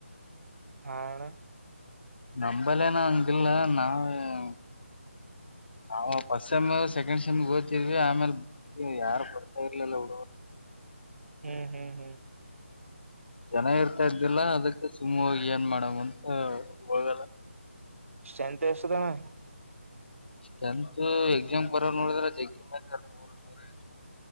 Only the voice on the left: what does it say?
ನಂಬಲ್ಲೇ ನಾ ಅಂಗಿಲ್ಲ ನಾವ್,
ನಾವು ಫಸ್ಟ್ ಸೆಮ್, ಸೆಕೆಂಡ್ ಸೆಮ್ ಓಡತಿದ್ವಿ ಆಮೇಲೆ ಯಾರು ಬರ್ತಾ ಇರ್ಲಿಲ್ಲ ಹುಡುಗರು. -
ಜನ ಇರ್ತಾ ಇದ್ದಿಲ್ಲ ಅದಕ್ಕೆ ಸುಮ್ಮ ಏನ್ ಮಾಡಮ್ ಅಂತ ಹೋಗ
ಸ್ರ್ಟೆಂತ್ ಎಕ್ಸಾಮ್ ಬರೋ ನೋಡಿದ್ರ ಜ ಕೆ ಮ <unintelligible> ನ ನೂರ ಎ